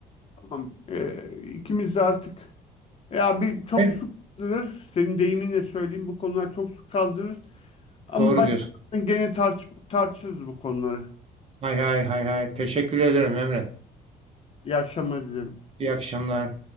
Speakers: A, on the left; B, on the right.
A: Tamam. Ee, ikimiz de artık ya bir çok
B: Evet.
A: su kaldırır. Senin deyiminle söyleyeyim bu konular çok su kaldırır. Ama
B: Doğru
A: başta
B: diyorsun.
A: gene tartış tartışırız bu konuları.
B: Hay hay hay hay. Teşekkür ederim Emre.
A: İyi akşamlar dilerim.
B: İyi akşamlar.